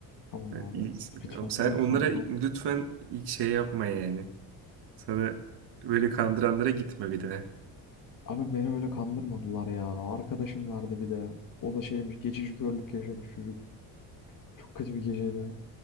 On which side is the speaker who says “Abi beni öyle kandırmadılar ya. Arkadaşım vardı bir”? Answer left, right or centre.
Left